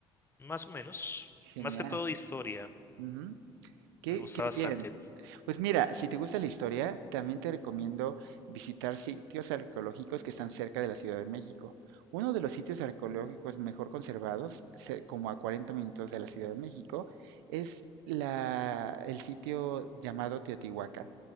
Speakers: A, on the left (about 20°); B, on the right (about 85°).
A: más o menos,
B: Genial.
A: más que todo de historia.
B: Ujú. Qué,
A: Me gusta
B: qué
A: bastante.
B: bien. Pues mira, si te gusta la historia, también te recomiendo visitar sitios arqueológicos que están cerca de la Ciudad de México. Uno de los sitios arqueológicos mejor conservados, cer- como a 40 minutos de la Ciudad de México, es la- el sitio llamado Teotihuacán.